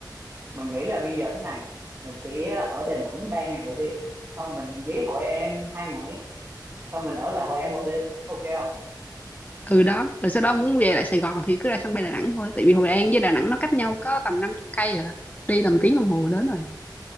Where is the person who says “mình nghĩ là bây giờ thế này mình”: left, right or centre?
Right